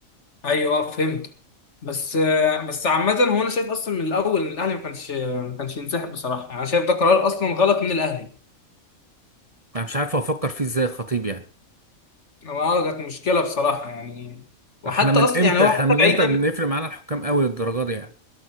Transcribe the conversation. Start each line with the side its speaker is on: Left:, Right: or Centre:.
Left: ايوه آه، فهمت بس آه، بس عامة هو انا شايف اصلا من الاول ان الاهلي ما كانش ما كانش ينسحب بصراحة يعني انا شايف ده قرار اصلا غلط من الاهلي
Right: انا مش عارف افكر فيه ازاي الخطيب يعني
Left: هو اه كانت مشكلة بصراحة يعني وحتى
Right: احنا من
Left: اصلا
Right: امتى
Left: يعني هو
Right: احنا
Left: حتى
Right: من امتى
Left: بعيدا
Right: بنفرق معانا الحكام قوي للدرجه دي يعني